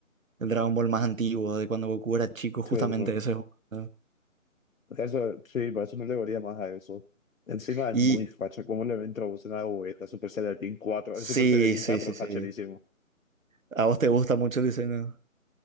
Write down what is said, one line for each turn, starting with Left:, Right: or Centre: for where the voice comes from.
Right: del Dragon Ball más antiguo, de cuando Goku era chico, justamente
Left: Cierto.
Right: ese. juego, ¿no?
Left: Eso, sí, por eso no le volía más a eso. Encima es
Right: Y
Left: muy facha. ¿Cómo le introducen a Vegeta Super Saiyajin 4?
Right: sí,
Left: El Super Saiyajin
Right: sí,
Left: 4
Right: sí,
Left: es
Right: sí.
Left: facherísimo.
Right: ¿A vos te gusta mucho el diseño?